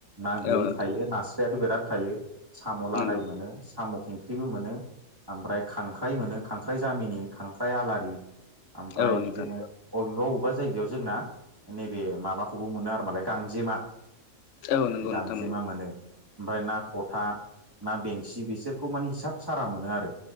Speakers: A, on the right; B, on the left.
A: ना गोरि
B: औ नोंथां
A: थायो नास्रायाथ' बिराद थायो। साम' लादाय
B: नंगौ
A: मोनो, साम' ओंख्रिबो मोनो ओमफ्राय खांख्राइ मोनो खांख्राइ जामिनि खांख्राइ आलारि ओमफ्राय
B: औ
A: बिदिनो
B: नोंथां
A: अबेबा अबेबा जायगायाव जोंना नैबे माबाखौबो मोनो आरो मालाय, गांजेमा
B: औ नंगौ
A: गांजेमा
B: नोंथां नंगौ
A: मोनो, ओमफ्राय ना थ'था ना बेंसि बिसोरखौ माने हिसाब सारा मोनो आरो